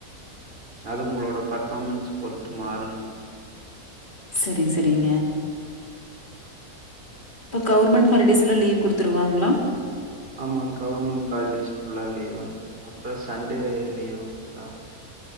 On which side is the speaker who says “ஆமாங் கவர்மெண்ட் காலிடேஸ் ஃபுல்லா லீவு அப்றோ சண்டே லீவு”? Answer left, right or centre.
Right